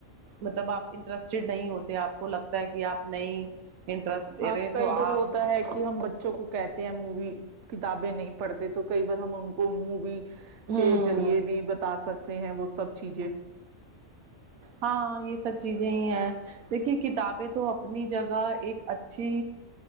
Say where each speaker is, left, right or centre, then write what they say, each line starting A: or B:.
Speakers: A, on the right; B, on the right.
A: مطلب آپ انٹرسٹیڈ نہیں ہوتے آپ کو لگتا ہے کہ آپ نئی انٹرسٹ لے
B: ہاں
A: رہے
B: کئی
A: تو آپ
B: بار ہوتا ہے کہ ہم بچوں کو کہتے مووی کتابیں نہیں پڑھتے تو کئی بار ہم ان کو مووی
A: ہوں
B: کے ذریعے بھی بتا سکتے ہیں وہ سب چیزیں
A: ہاں یہ سب چیزیں ہی ہیں دیکھیے کتابیں تو اپنی جگہ ایک اچھی